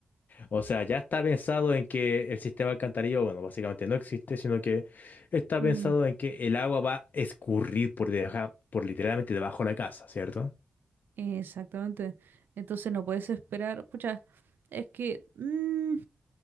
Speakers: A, on the left (about 60°); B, on the right (about 80°).
A: O sea, ya está pensado en que el sistema alcantarillado, bueno, básicamente no existe, sino que está
B: Mm,
A: pensado en que el agua va a escurrir por debajo, por literalmente debajo de la casa, ¿cierto?
B: exactamente. Entonces no puedes esperar, pucha, es que mm,